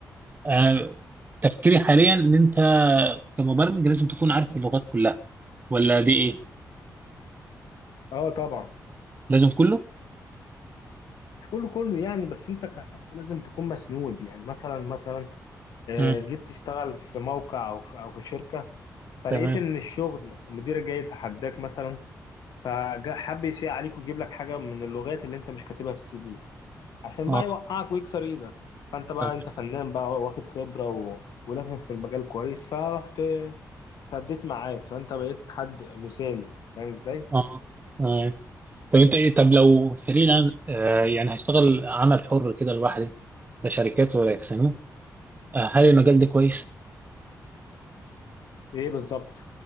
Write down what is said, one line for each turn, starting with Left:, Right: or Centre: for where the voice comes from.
Right: أنا تفكيري حاليا إن أنت كمبرمج لازم تكون عارف اللغات كلها ولا دي إيه
Left: اه طبعا
Right: لازم كله؟
Left: مش كله كله يعني بس انت كحد لازم تكون مسنود يعني مثلا مثلا آه،
Right: مم.
Left: جيت تشتغل في موقع او في او في شركة فلقيت
Right: تمام
Left: ان الشغل مديرك جاي يتحداك مثلا فحب يسيء عليك ويجيب لك حاجة من اللغات اللي انت مش كاتبها في السي في عشان
Right: اه
Left: بقى يوقعك ويكسر ايدك فانت بقى
Right: تمام
Left: انت فنان بقى واخد خبرة و... ولافف في المجال كويس فرحت سديت معاه فانت بقيت حد مثالي فاهم ازاي
Right: اه تمام طب انت ايه طب لو فريلانس آه يعني هشتغل عمل حر كده لوحدي لا شركات ولا يحسنوه آه هل المجال ده كويس؟
Left: ايه بالظبط